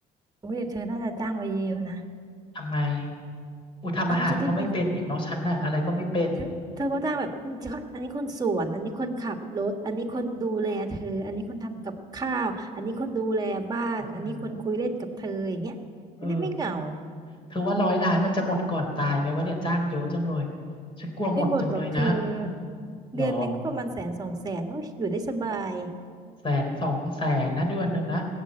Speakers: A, on the right; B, on the left.
A: โอ้ยเดี๋ยวเธอน่าจะจ้างไว้เยอะๆนะ
B: ทำไมอุยทำอาหารก็ไม่เป็นอีกเนาะฉันน่ะอะไรก็ไม่เป็น
A: เอาจะได้มี เธอเธอก็จ้างแบบอเธออันนี้คนสวนอันนี้คนขับรถอันนี้คนดูแลเธออันนี้คนทำกับข้าวอันนี้คนดูแลบ้านอันนี้คนคุยเล่นกับเธออย่างเงี้ยจะได้ไม่เหงา
B: อือหือเออ เธอว่าร้อยล้านมันจะหมดก่อนตายไหมวะเนี่ยจ้างเยอะจังเลยฉันกลัวหมดจังเลยนะ
A: ไม่หมดหรอกเธอเดือนหนึ่งก็ประมาณแสนสองแสนโอ้ยอยู่ได้สบาย
B: หรอแสนสองแสนนะเดือนหนึ่งนะ